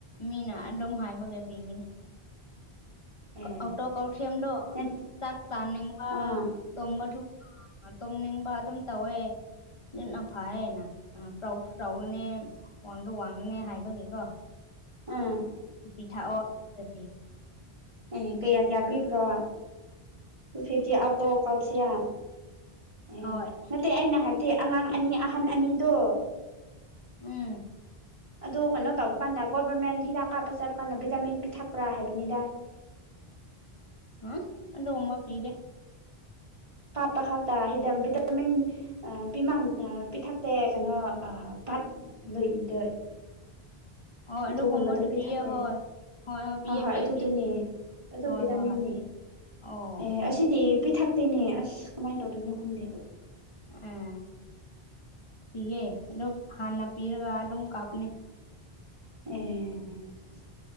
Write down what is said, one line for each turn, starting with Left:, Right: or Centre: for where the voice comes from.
Left: ꯃꯤꯅ ꯑꯗꯨꯝ ꯍꯥꯏꯕꯒꯤ ꯄꯤꯕꯅꯤ
Right: ꯑꯦ
Left: ꯑꯧꯇꯣ ꯀꯥꯎꯁꯦꯝꯗꯣ
Right: ꯅꯠ
Left: ꯆꯥꯛ ꯆꯥꯅꯤꯡꯕ
Right: ꯑꯥ
Left: ꯇꯣꯝꯕ ꯇꯨꯝꯅꯤꯡꯕ ꯑꯗꯨꯝ ꯇꯧꯋꯦ ꯅꯤꯠꯅ ꯐꯌꯦꯅ ꯑ ꯆꯧꯁꯨ ꯆꯧꯒꯅꯦ ꯋꯥꯡꯗ ꯋꯥꯡꯒꯅꯦ ꯍꯥꯏꯕꯒꯤꯀꯣ
Right: ꯎꯝ
Left: ꯄꯤꯊꯥꯑꯣ ꯄꯤꯑ
Right: ꯑꯦ ꯀꯌꯥ ꯀꯌꯥ ꯄꯤꯕ꯭ꯔꯣ ꯇꯨ ꯐꯤꯐꯇꯤ ꯑꯥꯎꯇꯣ <unintelligible> ꯑꯦ
Left: ꯍꯣꯏ
Right: ꯅꯠꯇꯦ ꯑꯩꯅ ꯍꯥꯏꯕꯗꯤ ꯑꯉꯥꯡ ꯑꯅꯤ ꯑꯍꯟ ꯑꯅꯤꯗꯣ
Left: ꯎꯝ
Right: ꯑꯗꯣ ꯀꯩꯅꯣ ꯇꯧꯕ ꯀꯥꯟꯗ ꯒꯣꯕꯔꯃꯦꯟ ꯍꯤꯗꯥꯛ ꯀꯥꯞꯄ ꯆꯠꯄ ꯀꯥꯟꯗ ꯚꯤꯇꯥꯃꯤꯟ ꯄꯤꯊꯛꯄ꯭ꯔꯥ ꯍꯥꯏꯕꯅꯤꯗ
Left: ꯍꯝ ꯑꯗꯨꯒꯨꯝꯕ ꯄꯤꯗꯦ
Right: ꯀꯥꯞꯄ ꯈꯥꯇ ꯍꯤꯗ ꯕꯤꯇꯥꯃꯤꯟ ꯑ ꯄꯤꯃꯥꯡ ꯑ ꯄꯤꯊꯛꯇꯦ ꯀꯩꯅꯣ ꯚꯠ ꯂꯣꯏꯗ
Left: ꯍꯣꯏ
Right: ꯑꯗꯨꯒꯨꯝꯕꯗꯣ
Left: ꯑꯗꯨꯒꯨꯝꯕꯗꯨ
Right: ꯄꯤ
Left: ꯄꯤꯌꯦ
Right: ꯊꯛꯇꯦ
Left: ꯍꯣꯏ ꯄꯤꯌꯦ
Right: ꯍꯣꯏ ꯍꯣꯏ
Left: ꯄꯤꯌꯦ
Right: ꯑꯗꯨꯗꯨꯅꯦ
Left: ꯄꯤꯌꯦ
Right: ꯑꯗꯨ
Left: ꯍꯣꯏ
Right: ꯚꯤꯇꯥꯃꯤꯟꯅꯤ
Left: ꯍꯣꯏ ꯍꯣꯏ ꯄꯤꯌꯦ ꯑꯣ
Right: ꯑꯦ ꯑꯁꯤꯗꯤ ꯄꯤꯊꯛ ꯇꯦꯅꯦ ꯑꯁ ꯀꯃꯥꯏꯅ ꯇꯧꯗꯣꯏꯅꯣ ꯈꯪꯗꯦ
Left: ꯑꯦ ꯄꯤꯌꯦ ꯑꯗꯨꯝ ꯍꯥꯟꯅ ꯄꯤꯔꯒ ꯑꯗꯨꯝ ꯀꯥꯞꯄꯅꯦ
Right: ꯑꯦ <inaudible>